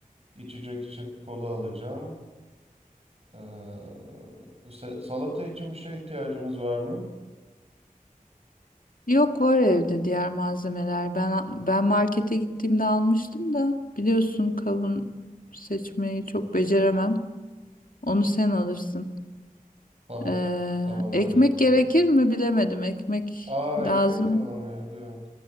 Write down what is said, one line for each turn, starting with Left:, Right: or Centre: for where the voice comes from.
Right: İçecek için kola alacağım. Ee, se- salata için bir şeye ihtiyacımız var mı?
Left: Yok var evde diğer malzemeler. Ben ben markete gittiğimde almıştım da biliyorsun kavun seçmeyi çok beceremem. Onu sen alırsın.
Right: Tamam.
Left: Ee,
Right: Tamam
Left: ekmek
Right: öyle yapalım.
Left: gerekir mi bilemedim. Ekmek
Right: Aa
Left: lazım.
Right: ekmek de alalım evde yok.